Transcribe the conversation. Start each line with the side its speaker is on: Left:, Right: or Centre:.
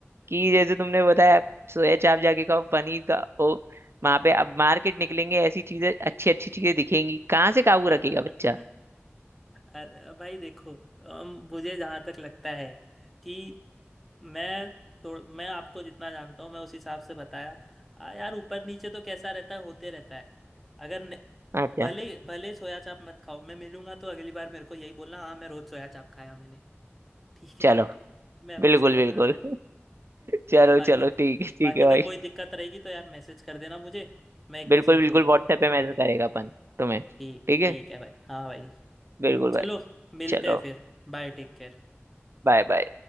Right: कि जैसे तुमने बताया सोया चाप जाके खाओ पनीर का ओ वहां पे अब मार्केट निकलेंगे ऐसी चीजें अच्छी अच्छी चीजें दिखेंगी कहाँ से काबू
Centre: <laughs>
Right: रखेगा बच्चा
Centre: अरे भाई देखो अम, मुझे जहां तक लगता है कि मैं तो मैं आपको जितना जानता हूँ मैं उस हिसाब से बताया आ, यार ऊपर नीचे तो कैसा रहता है होते रहता है अगर न,
Right: अच्छा
Centre: भले भले सोया चाप मत खाओ मैं मिलूंगा तो अगली बार मेरे को यही बोलना हाँ मैं रोज सोया चाप खाया मैंने ठीक है
Right: चलो
Centre: <laughs> मैं अभी
Right: बिल्कुल
Centre: से ही बता
Right: बिल्कुल
Centre: दे रहा हूँ ठीक
Right: चलो
Centre: है बाकी
Right: चलो ठीक है ठीक
Centre: बाकी
Right: है भाई
Centre: तो कोई दिक्कत रहेगी तो यार मैसेज कर देना मुझे मैं एक
Right: बिल्कुल
Centre: मैसेज
Right: बिल्कुल
Centre: दूर हूँ
Right: व्हाट्सएप पे मैसेज करेगा अपन तुम्हें
Centre: ठीक
Right: ठीक है
Centre: ठीक है भाई हाँ भाई
Right: बिल्कुल
Centre: चलो
Right: भाई
Centre: मिलते
Right: चलो
Centre: हैं फिर Bye take care
Right: Bye bye